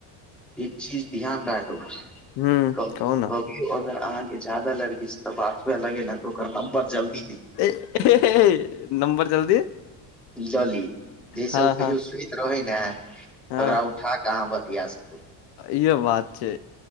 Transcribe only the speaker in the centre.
एक चीज ध्यान राखब
कब-कब
कहियो अगर अहाँ के जादा लड़की सऽ बात हुवलगे नऽ तऽ ओकर नम्बर जल्दी डी
लऽ ली जइस
ओ
कहियो सुइत रहै ने तऽ
ओकरा उठा अहाँ बतिया सकू